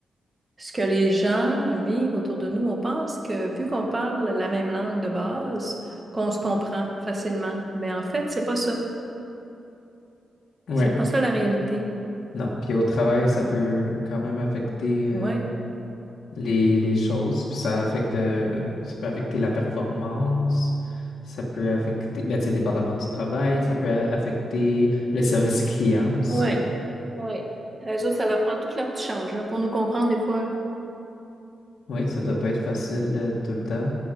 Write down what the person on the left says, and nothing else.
sais.
Ouais.
Non. Puis au travail, ça peut quand même affecter. euh,
les, les choses, puis ça affecte, euh, ça peut affecter la performance, ça peut affecter, ben, tu sais, dépendamment du travail, ça peut a- affecter le service client aussi.
Oui, ça doit pas être facile euh, tout le temps.